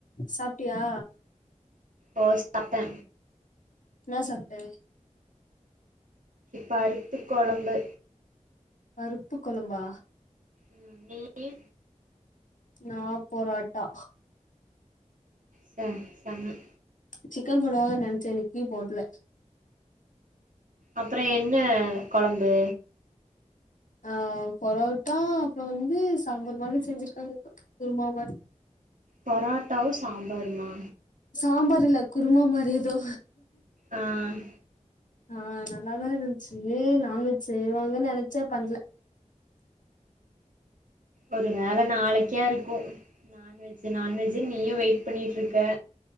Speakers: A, on the left; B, on the right.
A: சாப்ட்டியா
B: ஓ சாப்ட்டே
A: இன்னா சாப்ட்ட
B: பருப்பு கொழம்பு
A: பருப்பு கொழம்பா
B: ம் நீயு
A: நா பொராட்டா
B: சரி சரி
A: சிக்கன் போடுவாங்க நெனைச்சே இன்னைக்கு போட்ல
B: அப்றோ என்ன கொழம்பு
A: ஆ பொரோட்டா அப்றோ வந்து சாம்பார் மாரி செஞ்சுருக்கா <inaudible> குருமா மாரி
B: பொராட்டாவு சாம்பாருமா
A: சாம்பாரு இல்ல குருமா மாரி எதோ
B: ம்
A: ஆ நல்லாதா இருந்ச்சு நான்வெஜ்ஜு செய்வாங்கன்னு நெனைச்சே பண்ல
B: ஒரு வேல நாளைக்கா இருக்கு நான்வெஜூ நான்வெஜ்ஜு நீயு வெயிட் பண்ணிட்ருக்க